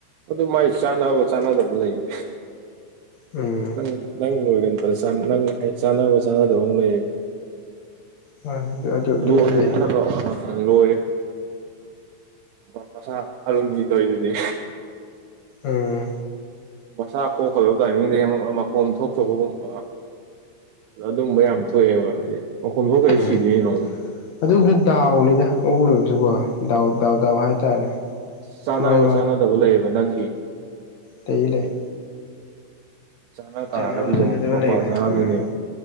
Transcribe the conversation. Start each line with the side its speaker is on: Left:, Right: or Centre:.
Right: ꯑꯗꯨ ꯃꯥꯏ ꯆꯥꯟꯅꯕ ꯆꯥꯅꯗꯕ ꯂꯩꯌꯦ
Left: ꯑ
Right: ꯅꯪ ꯅꯪ ꯂꯣꯏꯒꯟꯕꯗ ꯅꯪ ꯍꯥꯏ ꯆꯥꯟꯅꯕ ꯆꯥꯅꯗꯕ ꯑꯃ ꯂꯩꯌꯦꯕ
Left: ꯃꯥꯅꯦ ꯑꯗꯨ ꯑꯗꯨ ꯑꯗꯨꯗꯤ
Right: ꯂꯅ
Left: ꯂꯩ
Right: ꯍꯂꯣ ꯂꯉ ꯝ ꯃꯆꯥ ꯅꯤꯡꯗꯣꯏ ꯑꯗꯨꯅꯤ
Left: ꯑꯥ
Right: ꯃꯁꯆꯥ ꯀꯣꯛꯀꯗꯕ ꯇꯥꯔ ꯃꯤꯗꯩ ꯃꯀꯣꯝ ꯊꯣꯛꯆꯕꯒꯨꯝꯕ ꯑꯗ ꯑꯗꯨꯝꯕ ꯌꯥꯝ ꯊꯣꯛꯑꯦꯕ ꯍꯥꯏꯗꯤ ꯃꯈꯣꯝ ꯊꯣꯛꯇꯗꯤ
Left: ꯎꯝ
Right: ꯁꯤꯗꯣꯏꯅꯣ ꯑꯃꯨꯛ
Left: ꯑꯗꯨꯁꯨ ꯗꯥꯎꯅꯤꯗ ꯑꯣꯛ ꯂꯣꯏꯕꯁꯨꯀꯣ ꯗꯥꯎ ꯗꯥꯎ ꯗꯥꯎ ꯍꯥꯏꯇꯥꯔꯦ
Right: ꯆꯥꯟꯅꯕ
Left: ꯃꯥꯅꯤ
Right: ꯆꯥꯟꯅꯗꯕ ꯂꯩꯌꯦꯕ ꯅꯪꯒꯤ
Left: ꯇꯩ ꯂꯩꯦ
Right: ꯆꯥꯅ ꯇꯥꯔꯒꯗꯤ
Left: ꯆꯥꯟꯅꯕ
Right: ꯑꯗꯨꯝ
Left: ꯆꯥꯟꯅꯗꯕ
Right: ꯃꯄꯥ
Left: ꯂꯩꯕꯅꯦ
Right: ꯆꯥꯅꯗꯣꯏꯅꯦꯕ
Left: ꯎꯝ